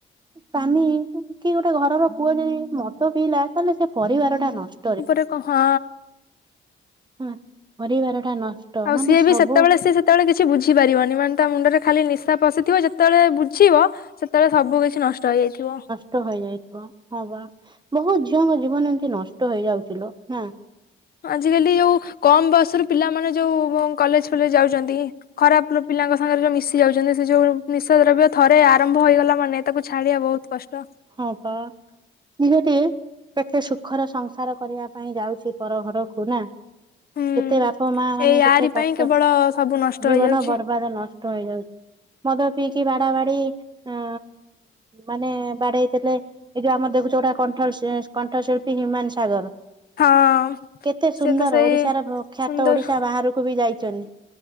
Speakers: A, on the right (about 20°); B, on the left (about 45°).
A: ସ୍ୱାମୀ କି ଗୋଟେ ଘରର ପୁଅ ଯଦି ମଦ ପିଇଲା ତାହେଲେ ସେ ପରିବାର ଟା ନଷ୍ଟ।
B: ଉପ ପର କ ହଁ।
A: ହ ପରିବାର ଟା ନଷ୍ଟ
B: ଆଉ
A: ମାନେ
B: ସିଏ
A: ସବୁ।
B: ବି ସେତେବେଳେ ସିଏ ସେତେବେଳେ କିଛି ବୁଝିପାରିବନି ମାନେ ତା ମୁଣ୍ଡରେ ଖାଲି ନିଶା ପଶିଥିବ ଯେତେବେଳେ ବୁଝିବ। ସେତେବେଳେ ସବୁ କିଛି ନଷ୍ଟ ହେଇଯାଇଥିବ।
A: ନଷ୍ଟ ହେଇଯାଇଥିବ ହଁ ବା ବହୁତ ଝିଅଙ୍କ ଜୀବନ ଏମତି ନଷ୍ଟ ହେଇ ଯାଉଚି ଲୋ ନା।
B: ଆଜିକାଲି ଯେଉ କମ୍ ବୟସରୁ ପିଲାମାନେ ଯେଉଁ କଲେଜ ଫଲେଜ୍ ଯାଉଛନ୍ତି। ଖରାପ ପିଲାଙ୍କ ସାଙ୍ଗରେ ଯୋଉ ମିଶି ଯାଉଛନ୍ତି ସେ ଯୋଉ ନିଶା ଦ୍ରବ୍ୟ ଥରେ ଆରମ୍ଭ ହେଇଗଲା ମାନେ ତାକୁ ଛାଡିଆ ବହୁତ। କଷ୍ଟ।
A: ହଁ ବା ନିହାତି। କେତେ ସୁଖର ସଂସାର କରିବା ପାଇଁ ଯାଉଛି ପର ଘରକୁ ନା।
B: ହୁଁ।
A: କେତେ ବାପା ମା ମାନେ
B: ଏଇ
A: କେତେ
B: ଆରି ପାଇଁ
A: କଷ୍ଟ
B: କେବଳ ସବୁ ନଷ୍ଟ
A: ଜୀବନ
B: ହେଇଯାଉଛି
A: ବର୍ବାଦ ନଷ୍ଟ। ଟଇଯାଉଛି ମଦ ପିଇକି ବାଡ଼ା ବାଡ଼ି ଆ ମାନେ ବାଡ଼େଇ ଥିଲେ। ଏଇ ଯୋଉ ଆମର ଦେଖୁଛ ଗୋଟେ କଣ୍ଠଳ୍ କଣ୍ଠଶିଳ୍ପୀ ହ୍ୟୁମାନ ସାଗର
B: ହଁ
A: କେତେ ସୁନ୍ଦର
B: ସେ ତ ସେଇ
A: ଓଡ଼ିଶାର ଖ୍ୟାତ
B: ସୁନ୍ଦର
A: ଓଡ଼ିଶା ବାହାରକୁ ବି ଯାଇଚନି।